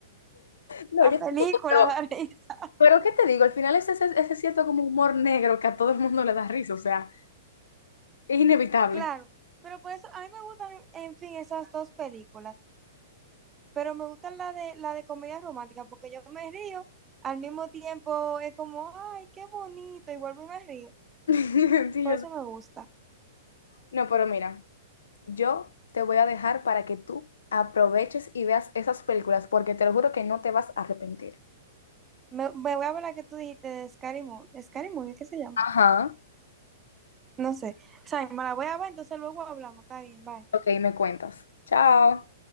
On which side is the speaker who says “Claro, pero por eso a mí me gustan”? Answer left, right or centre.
Right